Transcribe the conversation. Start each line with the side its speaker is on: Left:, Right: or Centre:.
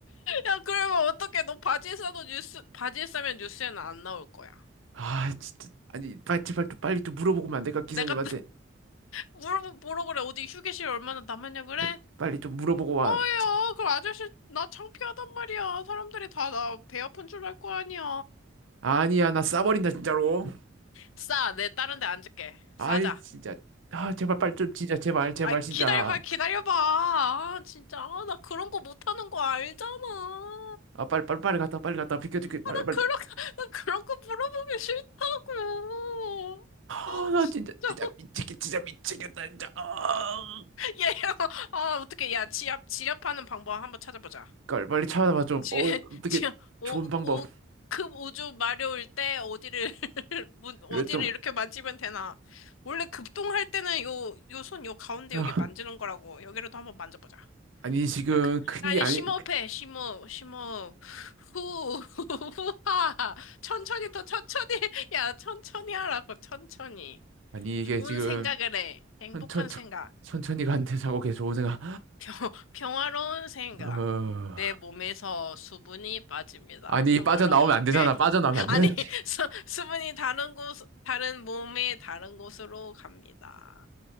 Left: 야, 그러면 어떡해. 너 바지에 싸도 뉴스, 바지에 싸면 뉴스에는 안 나올 거야.
Right: 아, 진짜. 아니, 빨리, 제발 또 빨리 좀 물어보고 면 안 될까? 기사님한테.
Left: 내가 물어보 뭐라 그래? 어디 휴게실 얼마나 남았냐 그래?
Right: 그, 빨리 좀 물어보고 와.
Left: 어야,
Right: 진짜.
Left: 그 아저씨 나 창피하단 말이야. 사람들이 다 나 배 아픈 줄 알 거 아니야.
Right: 아니야, 나 싸버린다, 진짜로.
Left: 싸, 내 다른 데 앉을게.
Right: 아이,
Left: 싸자.
Right: 진짜. 아, 제발 빨리 좀, 진짜, 제발, 제발,
Left: 아, 기다려봐,
Right: 진짜.
Left: 기다려봐. 아, 진짜, 아, 나 그런 거 못하는 거 알잖아.
Right: 아, 빨리, 빨리, 빨리 갔다, 와, 빨리 갔다, 와. 비켜, 비켜,
Left: 아,
Right: 빨리,
Left: 나
Right: 빨리.
Left: 그런, 거- 나 그런 거 물어보기 싫다고.
Right: 아,
Left: 아,
Right: 나
Left: 진짜.
Right: 진짜, 진짜 미치겠, 진짜 미치겠다, 진짜. 아,
Left: <laughs> 야, 야, 아, 어떻게, 야, 지압, 지압하는 방법 한번 찾아보자.
Right: 빨리, 빨리 찾아봐, 좀.
Left: 지금,
Right: 어,
Left: <laughs>
Right: 어떻게,
Left: 지금, 오,
Right: 좋은 방법.
Left: 오, 급 우주 마려울 때 어디를, <laughs> 문, 어디를
Right: 그래, 좀.
Left: 이렇게 만지면 되나. 원래 급동할 때는 요, 요 손, 요 가운데
Right: 아,
Left: 여기 만지는 거라고. 여기라도 한번 만져보자.
Right: 아니, 지금,
Left: 약간-
Right: 큰
Left: 아니,
Right: 게 아니.
Left: 심호흡해, 심호흡, 심호흡. 후, <laughs> 후하. 천천히 더 천천히. <laughs> 야, 천천히 하라고, 천천히.
Right: 아니, 이게
Left: 좋은
Right: 지금.
Left: 생각을 해. 행복한
Right: 천천, 천,
Left: 생각.
Right: 천천히 간대 자고 걔 좋은 생각.
Left: 평, 평화로운 생각.
Right: 어...
Left: 내 몸에서 수분이 빠집니다.
Right: 아니
Left: 평화롭게.
Right: 빠져나오면 안 되잖아. 빠져나오면 안 되는
Left: 아니, <laughs>
Right: 지
Left: 수, 수분이 다른 곳, 다른 몸의 다른 곳으로 갑니다.